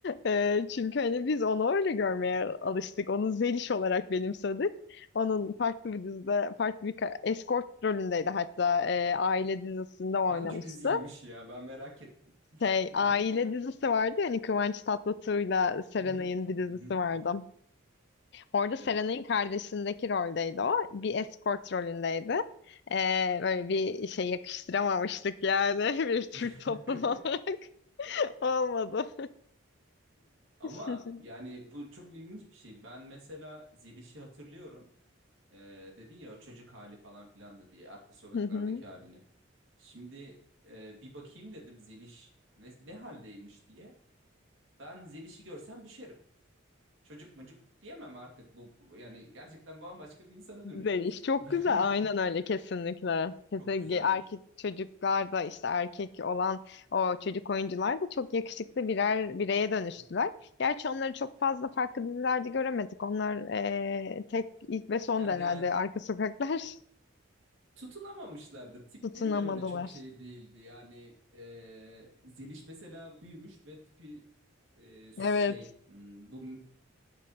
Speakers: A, on the left; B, on the right.
A: E, çünkü hani biz onu öyle görmeye alıştık. Onu Zeliş olarak benimsedik. Onun farklı bir dizide, farklı bir ka- escort rolündeydi hatta. E, aile dizisinde oynamıştı.
B: Hangi diziymiş ya? Ben merak ettim.
A: Şey,
B: <laughs>
A: aile dizisi vardı yani Kıvanç Tatlıtuğ'la Serenay'ın
B: Hı hı.
A: bir dizisi
B: Hı hı.
A: vardı. Orada Serenay'ın
B: Evet.
A: kardeşindeki roldeydi o. Bir escort rolündeydi. Ee, böyle bir şey yakıştıramamıştık yani <laughs> bir Türk
B: <laughs>
A: toplum olarak. <laughs> Olmadı.
B: Ama
A: <laughs>
B: yani bu çok ilginç bir şey. Ben mesela Zeliş'i hatırlıyorum. Ee, dedin ya o çocuk hali falan filan da diye arka sokaklardaki
A: Hı hı.
B: halini. Şimdi e, bir bakayım dedim Zeliş ne, ne haldeymiş diye. Ben Zeliş'i görsem düşerim. Çocuk mucuk diyemem artık bu bu- yani gerçekten bambaşka bir insana dönüşmüş.
A: Böyle iş çok
B: <laughs>
A: güzel. Aynen öyle kesinlikle. Kesinlikle
B: Çok güzelmiş.
A: erkek çocuklar da işte erkek olan o çocuk oyuncular da çok yakışıklı birer bireye dönüştüler.
B: Hı hı.
A: Gerçi onları çok fazla farklı dizilerde göremedik. Onlar eee, tek ilk ve son
B: Kendi
A: da herhalde
B: hayat
A: arka sokaklar
B: Tutunamamışlardır. Tipleri
A: <laughs> tutunamadılar.
B: de böyle çok şey değildi. Yani e, Zeliş mesela büyümüş ve tipi e, şey
A: Evet.
B: hmm, bu m-